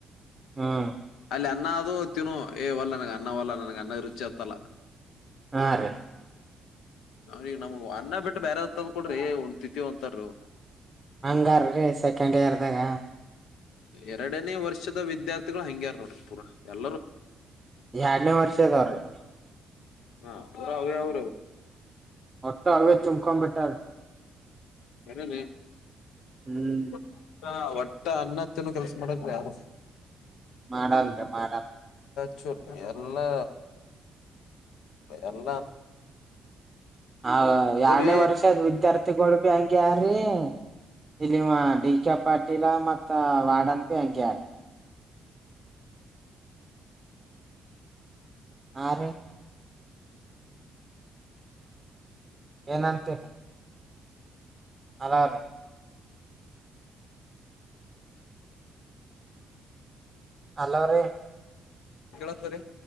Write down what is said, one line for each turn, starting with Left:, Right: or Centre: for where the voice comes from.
Right: ಹಂ
Left: ಅಲ್ಲಿ ಅನ್ನ ಅದು ತಿನು ಏವಲ್ಲ ನನ್ಗ ಅನ್ನವಲ್ಲ ನನಗ ಅನ್ನ ರುಚಿ ಹತ್ತಲ್ಲ.
Right: ಹಾ ರಿ
Left: ಅವ್ರಿಗ್ ನಮ್ಗ ಅನ್ನ ಬಿಟ್ಟ ಬ್ಯಾರೆದ ತಂದುಕೊಡ್ರಿ ಉಣ ತಿತ್ತೀವ್ ಅಂತರವರು.
Right: ಹಂಗಾರ್ರಿ ಸೆಕೆಂಡ್ ಇಯರ್ದಾಗ.
Left: ಎರಡನೇ ವರ್ಷದ ವಿದ್ಯಾರ್ಥಿಗಳು ಹಂಗ್ಯಾರ್ ನೋಡ್ರಿ ಪೂರಾ ಎಲ್ಲರೂ.
Right: ಎರಡನೇ ವರ್ಷದವ್ರಿ
Left: ಹಾ ಪುರ ಅವೇ ಅವ್ರಿ ಅವು.
Right: ಎಲ್ಲಾ ಅವೇ ತುಂಬ್ಕೊಂಡ್ ಬಿಟ್ಟವ್.
Left: ಏನ ಲೇಟ್
Right: ಹ್ಮ್
Left: <unintelligible> ಒಟ್ಟ ಅನ್ನ ತಿನ್ನೋ ಕೆಲಸ ಮಾಡಲ್ಲ್ರಿ ಯಾರು.
Right: ಮಾಡಲ್ರಿ ಮಾಡಲ್ರಿ.
Left: ಚೂ ಎಲ್ಲಾ ಎಲ್ಲಾ
Right: ಹಾ ಯಾಡ್ನೇ
Left: ಇದುರೀ
Right: ವರ್ಷದ್ ವಿದ್ಯಾರ್ಥಿಗಳು ಬಿ ಹಂಗೆ ಹಾರಿ. ಇಲ್ಲಿ ಇವ ಡಿ ಕೆ ಪಾಟೀಲ ಮತ್ತ ವಾರ್ಡನ್ ಬಿ ಹಂಗೆ ಹಾರ. ಹಾರಿ. ಏನಂತರಿ. ಹಲೋ ರೀ. ಅಲೋರಿ.
Left: ಕೆಳೆತದ ರಿ.